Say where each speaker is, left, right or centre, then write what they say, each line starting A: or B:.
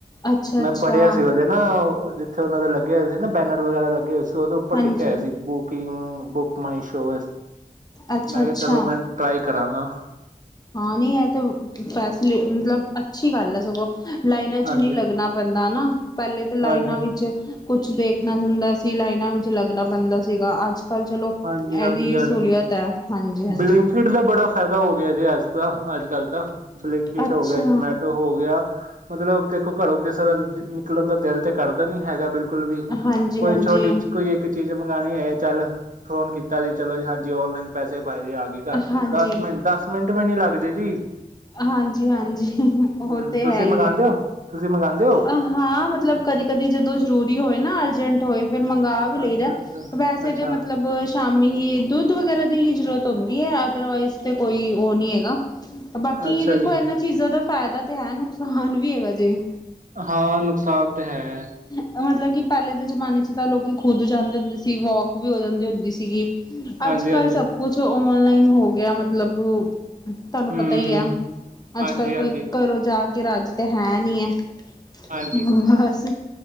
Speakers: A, on the left; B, on the right.
A: ਅੱਛਾ-ਅੱਛਾ,
B: ਮੈਂ ਪੜ੍ਹਿਆ ਸੀ ਉਹਦੇ ਨਾ, ਜਿੱਥੇ ਉਹਨਾਂ ਦਾ ਲੱਗਿਆ ਹੋਇਆ ਸੀ ਨਾ। ਬੈਨਰ ਵਗੈਰਾ ਲੱਗੇ ਹੋਏ ਸੀ, ਉਹਦੇ ਉੱਪਰ
A: ਹਾਂਜੀ
B: ਲਿਖਿਆ ਹੋਇਆ ਸੀ ਬੁਕਿੰਗ ਬੁਕ ਮਾਈ ਸ਼ੋ।
A: ਅੱਛਾ-ਅੱਛਾ
B: ਮੈਂ ਕਿਹਾ, ਚਲੋ ਮੈਂ ਟਰਾਈ ਕਰਾਂਗਾ।
A: ਹਾਂ, ਨਹੀਂ ਇਹ ਤੇ ਫੈਸਲੀ ਮਤਲਬ ਅੱਛੀ ਗੱਲ ਹੈ। ਸਗੋਂ ਲਾਈਨਾਂ 'ਚ
B: ਹਾਂਜੀ
A: ਨਹੀ ਲੱਗਣਾ ਪੈਂਦਾ ਹਨਾ, ਪਹਿਲੇ ਤਾਂ ਲਾਈਨਾਂ
B: ਹਾਂਜੀ
A: ਵਿੱਚ। ਕੁਛ ਦੇਖਣਾ ਹੁੰਦਾ ਸੀ, ਲਾਈਨਾਂ ਵਿੱਚ ਲੱਗਣਾ ਪੈਂਦਾ ਸੀਗਾ ਅੱਜ। ਕੱਲ ਚਲੋ
B: ਹਾਂਜੀ
A: ਇਹਦੀ
B: ਹਾਂਜੀ ਹਾਂਜੀ
A: ਸਹੂਲੀਅਤ ਹੈ। ਹਾਂਜੀ ਹਾਂਜੀ
B: ਬਲਿੰਕਟ ਦਾ ਬੜਾ ਫ਼ਾਇਦਾ ਹੋ ਗਿਆ ਜੇ, ਅੱਜ ਤਾਂ, ਅੱਜ-ਕੱਲ੍ਹ ਤਾਂ। ਬਲਿੰਕਟ
A: ਅੱਛਾ
B: ਹੋ ਗਿਆ, ਜਮੈਟੋ ਹੋ ਗਿਆ। ਮਤਲਬ ਦੇਖੋ, ਘਰੋਂ ਕਿਸੇ ਦਾ ਨਿਕਲਣ ਦਾ ਦਿਲ ਤੇ ਕਰਦਾ ਨੀ ਹੈਗਾ ਬਿਲਕੁਲ। ਕੁਲ ਵੀ
A: ਹਾਂਜੀ ਹਾਂਜੀ
B: ਕੋਈ, ਛੋਟੀ ਚ ਕੋਈ ਇੱਕ। ਚੀਜ਼ ਮੰਗਵਾਉਣੀ ਹੈ? ਚੱਲ ਫੋਨ ਕੀਤਾ ਜੇ ਚਲੋ ਜੀ, ਹਾਂਜੀ, ਔਨਲਾਈਨ ਪੈਸੇ। ਬਾਈ ਆ ਗਈ, ਘਰ
A: ਹਾਂਜੀ
B: 'ਚ ਦਸ ਮਿੰਟ, ਦਸ ਮਿੰਟ ਵੀ ਨੀ ਲੱਗਦੇ ਜੀ।
A: ਹਾਂਜੀ-ਹਾਂਜੀ, ਉਹ
B: ਹਮ
A: ਤੇ
B: ਤੁਸੀਂ
A: ਹੈ ਹੀ
B: ਮੰਗਵਾਉਂਦੇ
A: ਹੈ।
B: ਹੋ ਤੁਸੀਂ ਮੰਗਵਾਉਂਦੇ ਹੋ
A: ਹਾਂ, ਮਤਲਬ ਕਦੀ-ਕਦੀ ਜਦੋਂ ਜ਼ਰੂਰੀ ਹੋਏ ਨਾ, ਅਰਜੈਂਟ ਹੋਏ। ਫਿਰ ਮੰਗਵਾ ਵੀ ਲਈਦਾ,
B: ਅੱਛਾ ਅੱਛਾ
A: ਵੈਸੇ
B: ਅੱਛਾ
A: ਤੇ ਮਤਲਬ ਸ਼ਾਮੀ ਹੀ ਦੁੱਧ ਵਗੈਰਾ ਦੀ ਹੀ ਜਰੂਰਤ ਹੁੰਦੀ ਹੈ। ਨਾ ਅਦਰਵਾਈਜ਼ ਤੇ ਕੋਈ ਉਹ ਨੀ ਹੈਗਾ। ਬਾਕੀ
B: ਅੱਛਾ
A: ਦੇਖੋ,
B: ਜੀ
A: ਇਹਨਾਂ ਚੀਜ਼ਾਂ ਦਾ ਫਾਇਦਾ ਤੇ ਹੈ, ਨੁਕਸਾਨ ਵੀ ਹੈਗਾ ਜੇ।
B: ਹਾਂ ਨੁਕਸਾਨ ਤੇ ਹੈ
A: <unintelligible> ਮਤਲਬ ਕਿ ਪਹਿਲੇ ਦੇ ਜ਼ਮਾਨੇ 'ਚ ਤਾਂ ਲੋਕ ਖੁਦ ਜਾਂਦੇ ਹੁੰਦੇ ਸੀ, ਵੋਕ ਵੀ ਹੋ ਜਾਂਦੀ ਹੁੰਦੀ ਸੀਗੀ।
B: ਹਾਂਜੀ
A: ਅੱਜ-ਕੱਲ੍ਹ
B: ਹਾਂਜੀ
A: ਸਭ ਕੁਛ ਔਨਲਾਈਨ ਹੋ ਗਿਆ, ਮਤਲਬ। ਤੁਹਾਨੂੰ
B: ਹਮ
A: ਪਤਾ ਹੀ
B: ਹਮ
A: ਹੈ,
B: ਹਾਂਜੀ
A: ਅੱਜ ਕੱਲ
B: ਹਾਂਜੀ
A: ਕੋਈ ਘਰੋਂ ਜਾ ਕੇ ਰਾਜ ਤਾਂ ਹੈ ਨੀ ਹੈ।
B: ਹਾਂਜੀ
A: ਬਸ।